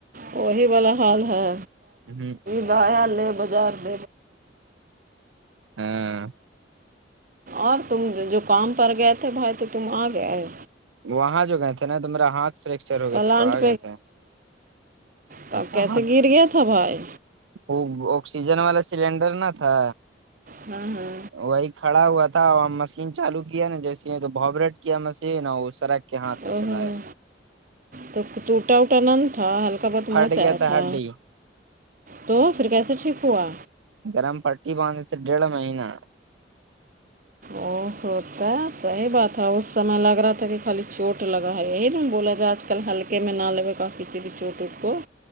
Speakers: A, on the right; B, on the right.
A: وہی والا حال ہے
B: ہوں
A: لیا لے بازار <unintelligible>
B: ہاں
A: اور تم جو کام پر گئے تھے بھائی تو تم آ گیا ہے
B: وہاں جو گئے تھے نا تو میرا ہاتھ فریکچر ہو گیا
A: پلانٹ
B: تھا تو آ گئے تھے
A: کب کیسے
B: ہ
A: گر گیا تھا بھائی
B: وہ آکسیجن والا سلینڈر نا تھا
A: ہاں ہاں
B: وہی کھڑا ہوا تھا اور ہم مشین چالو کیا نا جیسے ببریٹ کیا مشین اور سرک کے ہاتھ
A: ہاں
B: پہ چلایا
A: تو ٹوٹا ووٹا نند تھا ہلکا بت
B: پھٹ
A: موچ
B: گیا
A: آیا تھا
B: ہڈی
A: تو پھر کیسے ٹھیک ہوا
B: گرم پٹی باندے تھے ڈیڑھ مہینہ
A: او ہوتا صحیح بات تھا اس سمے لگ رہا تھا کہ خالی چوٹ لگا ہے یہی نا بولا جائے آج کل ہلکے میں نہ لگے گا کسی بھی چوٹ ووٹ کو